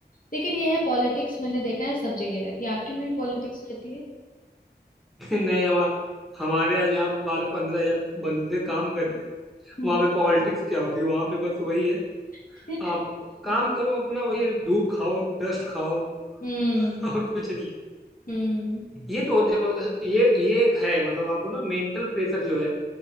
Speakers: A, on the left; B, in the centre.
A: लेकिन ये है पॉलिटिक्स मैंने देखा है सब जगह रहती है आपकी में भी पॉलिटिक्स रहती है
B: <laughs> नहीं हम हमारे यहाँ जहाँ बारह पंद्रह हजार बंदे काम कर रहे हैं
A: हम्म
B: वहां पे पॉलिटिक्स क्या होगी वहां पे बस वही है
A: <laughs>
B: आप काम करो अपना वही है, धूप खाओ डस्ट खाओ <laughs>
A: हम्म
B: और कुछ नहीं
A: हम्म
B: है ये तो देखो ये ये एक है मतलब आपको ना मेंटल प्रेशर जो है